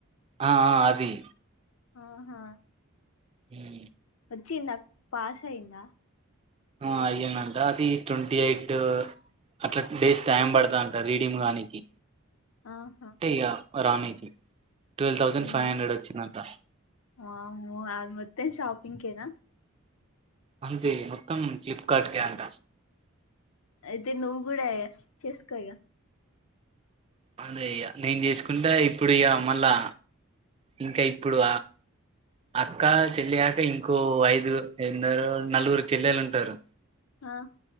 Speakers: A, on the right; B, on the left.
A: ఆ ఆ అది
B: ఆహా
A: ఉమ్
B: వచ్చిదాక్ పాస్ అయిందా
A: ఆ అయ్యిందమ్ట అది ట్వంటీ ఎయిట్ అట్లా డేస్ టైం పడతాంట రీడింగ్ కానికి
B: ఆహా
A: ఇగా రాణికి ట్వెల్వ్ థౌజండ్
B: హ్మ్
A: ఫైవ్ హండ్రెడ్ వచ్చిందంట
B: వామ్మో అది మత్తేం షాపిగ్ కేనా
A: అంతే మొత్తం ఫ్లిప్కార్ట్ కే అంట
B: అయితే నువ్వు కూడా చేసుకో ఇగ
A: అంతే ఇగ నేను చేసుకుంటే ఇప్పుడు ఇగా మళ్ళా ఇంకా ఇప్పుడు అక్క చెల్లియాక ఇంకో ఐదు ఎరు నలుగురు చెల్లెలు ఉంటారు
B: ఆ